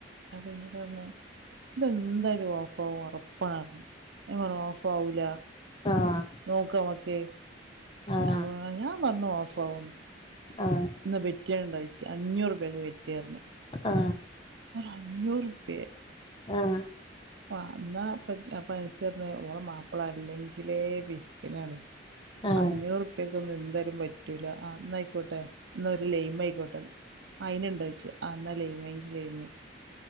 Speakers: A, on the right; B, on the left.
A: ആഹ് പിന്നയെന്താ പറഞ്ഞേ ഇതെന്തായാലും ഓഫാവും ഉറപ്പാണന്നെ ഞാൻ പറഞ്ഞ് ഓഫ് ആവൂല
B: ആഹ്
A: നോക്കാം നമ്മുക്ക്
B: ആഹ്
A: അപ്പോ ഞാൻ പറഞ്ഞു ഓഫ് ആകുന്നു
B: ആഹ്
A: നിങ്ങള് ബെറ്റിനുണ്ടോ ചോദിച്ചു അഞ്ഞൂറ് രൂപാക്ക് ബെറ്റ് പറഞ്ഞു
B: ആഹ്
A: അഞ്ഞൂറ് റുപ്പിയെ
B: ആഹ്
A: അന്ന പൈസ തരുന്ന ഓളെ മാപ്പിള അല്ലെങ്കിൽ ഇതിലെ പിശുക്കനാണ്
B: ആഹ്
A: അഞ്ഞൂറ് അത്രക്ക് ഒന്നുംന്തായാലും പറ്റൂല ആഹ് അന്നായിക്കോട്ടെ അന്നാ ഒരു ലൈയിം ആയിക്കോട്ടെ അയിന് ഉണ്ടോ ചോദിച്ചു ആഹ് എന്നാ ലൈംമെങ്കിൽ ലൈമ്